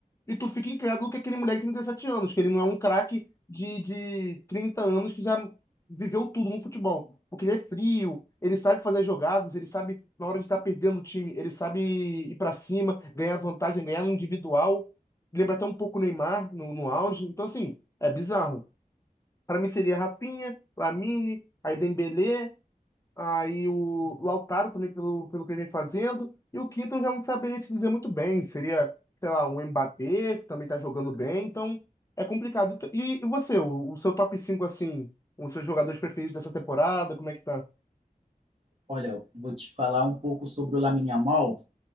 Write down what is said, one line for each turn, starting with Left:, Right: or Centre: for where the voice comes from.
Left: e tu fica incrédulo que aquele moleque tem 17 anos, que ele não é um craque de, de 30 anos que já viveu tudo no futebol. Porque ele é frio, ele sabe fazer as jogadas, ele sabe, na hora de estar perdendo o time, ele sabe ir pra cima, ganhar vantagem, ganhar no individual. Lembra até um pouco o Neymar no, no auge. Então, assim, é bizarro. Pra mim seria Rafinha, Lamine, aí Dembélé, Aí o Lautaro também, pelo, pelo que ele vem fazendo. E o quinto eu já não saberia te dizer muito bem. Seria, sei lá, um Mbappé, que também tá jogando bem. Então, é complicado. E, e você, o, o seu top 5 assim, os seus jogadores preferidos dessa temporada, como é que tá?
Right: Olha, vou te falar um pouco sobre o Lamine Yamal.